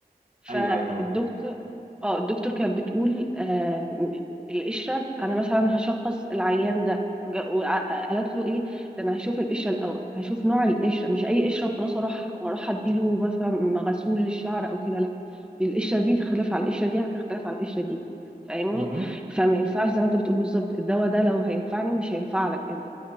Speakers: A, in the centre; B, on the right.
A: فالدكتور
B: ايوه ايوه
A: اه الدكتور كانت بتقول آه م- القشرة انا مثلا هشخص العيان ده وجا- وع- قالت له ايه ده انا هشوف القشرة الاول هشوف نوع القشرة مش اي قشرة وخلاص اروح واروح اديله مثلا غسول للشعر او كده لا دي القشرة دي تختلف على القشرة دي هتختلف على القشرة دي فاهمني
B: مهم.
A: فما ينفعش زي ما انت بتقول بالظبط الدواء ده لو هينفعني مش هينفع لك انت